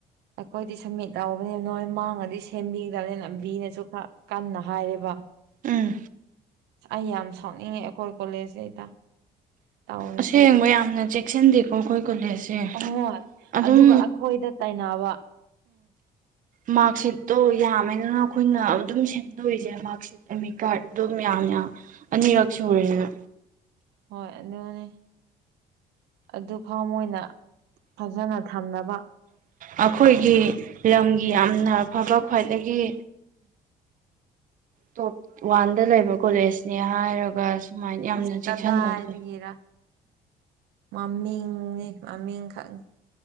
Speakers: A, on the right; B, on the right.
A: ꯑꯩꯈꯣꯏꯗꯤ ꯁꯝꯃꯤꯠ ꯇꯧꯕꯅꯦ ꯅꯣꯏ ꯃꯥꯡꯉꯗꯤ ꯁꯦꯝꯕꯤꯒꯗꯕꯅꯤꯅ ꯂꯝꯕꯤꯅꯁꯨ ꯈꯔ ꯀꯟꯅ ꯍꯥꯏꯔꯦꯕ
B: ꯎꯝ
A: ꯑꯩ ꯌꯥꯝ ꯁꯥꯎꯅꯤꯡꯉꯦ ꯑꯩꯈꯣꯏ ꯀꯣꯂꯦꯖꯇꯩꯩꯗ ꯇꯧꯔꯁꯦ
B: ꯑꯁꯦꯡꯕ ꯌꯥꯝꯅ ꯆꯦꯛꯁꯤꯟꯗꯦꯀꯣ ꯑꯩꯈꯣꯏ ꯀꯣꯂꯦꯖꯁꯦ
A: ꯍꯣꯏ
B: ꯑꯗꯨꯝ
A: ꯑꯗꯨꯒ ꯑꯩꯈꯣꯏꯗ ꯇꯥꯏꯅꯅꯥꯕ
B: ꯃꯥꯔꯛ ꯁꯤꯠꯇꯣ ꯌꯥꯝꯃꯦꯗꯅ ꯑꯩꯈꯣꯏꯅ ꯑꯗꯨꯝ ꯁꯦꯝꯗꯣꯛꯏꯁꯦ ꯃꯥꯔꯛꯠ ꯑꯃꯤ ꯀꯥꯔꯗ ꯑꯗꯨꯝ ꯌꯥꯝꯅ ꯑꯅꯤꯔꯛ ꯁꯨꯔꯦꯗꯅ
A: ꯎꯝ ꯍꯣꯏ ꯑꯗꯨꯅꯦ ꯑꯗꯨ ꯐꯥꯎ ꯃꯅ ꯐꯖꯅ ꯊꯝꯅꯕ
B: ꯑꯩꯈꯣꯏꯒꯤ ꯂꯝꯒꯤ ꯌꯥꯝꯅ ꯐꯕ ꯈ꯭ꯋꯥꯏꯗꯒꯤ ꯇꯣꯞ ꯋꯥꯟꯗ ꯂꯩꯕ ꯀꯣꯂꯦꯖꯅꯤ ꯍꯥꯏꯔꯒ ꯁꯨꯃꯥꯏꯅ ꯌꯥꯝꯅ
A: ꯑꯁ ꯀꯗꯥꯏꯗꯒꯤꯔ
B: ꯆꯦꯛꯁꯤꯟꯗꯕꯁꯦ
A: ꯃꯃꯤꯡꯅꯤ ꯃꯃꯤꯡ ꯈꯛꯅꯤ